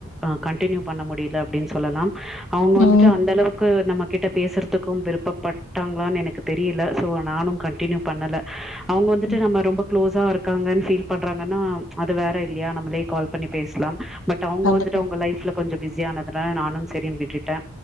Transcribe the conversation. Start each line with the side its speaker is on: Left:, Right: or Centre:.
Centre: அ கண்டினியூ பண்ண முடில அப்டின் சொல்லலாம் அவுங்க வந்துட்டு
Left: ம்
Centre: அந்த அளவுக்கு நம்மகிட்ட பேசுறதுக்கும் விருப்பப்பட்டாங்களான் எனக்கு தெரி ல சோ நானும் கண்டினியூ பண்ணல அவுங்க வந்துட்டு
Left: ம்
Centre: நம்ம ரொம்ப க்ளோஸா இருக் காங்கன் ஃபீல் பண்றாங்கன்னா அது வேற இல்லியா நம்மளே கால் பண்ணி பேசலாம் பட் ட அவுங்க
Left: கண்டிப்பா
Centre: வந்துட்டு அவுங்க லைஃப்ல கொஞ்சோ பிஸியானதுல நானும் செரின் விட்டுட்டே